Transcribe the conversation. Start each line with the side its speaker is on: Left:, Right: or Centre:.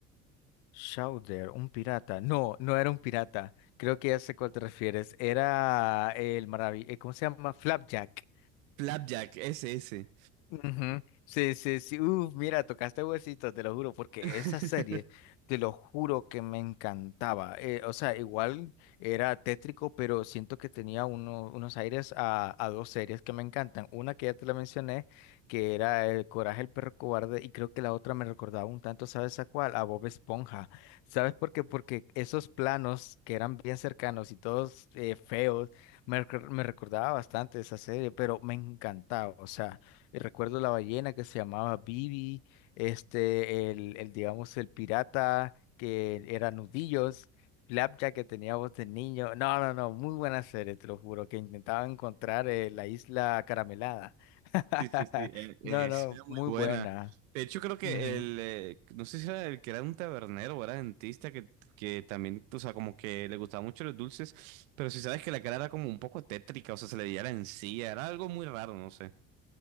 Left: Chowder, un pirata. No, no era un pirata. Creo que ya sé cuál te refieres. Era el maravilloso. ¿Cómo se llama? Flapjack.
Right: Flapjack, ese, ese.
Left: Ujú. Sí, sí, sí. Uf, mira, tocaste huesito, te lo juro, porque
Right: <laughs>
Left: esa serie, te lo juro que me encantaba. Eh, o sea, igual era tétrico, pero siento que tenía uno- unos aires a, a dos series que me encantan. Una que ya te la mencioné, que era El Coraje, el perro cobarde, y creo que la otra me recordaba un tanto, ¿sabes a cuál? A Bob Esponja. ¿Sabes por qué? Porque esos planos que eran bien cercanos y todos eh, feos, me, recor- me recordaba bastante esa serie, pero me encantaba, o sea eh, Recuerdo la ballena que se llamaba Bibi, este, el, el, digamos, el pirata que era Nudillos, Flapjack que tenía voz de niño. No, no, no, muy buena serie, te lo juro, que intentaba encontrar eh, la isla caramelada. <laughs>
Right: Sí, sí, sí, e- es
Left: No, no,
Right: muy
Left: muy
Right: buena.
Left: buena.
Right: De hecho, creo que
Left: Ujú.
Right: el, eh, no sé si era el que era un tabernero o era dentista, que, que también, o sea, como que le gustaban mucho los dulces, pero si sabes que la cara era como un poco tétrica, o sea, se le veía la encía, era algo muy raro, no sé.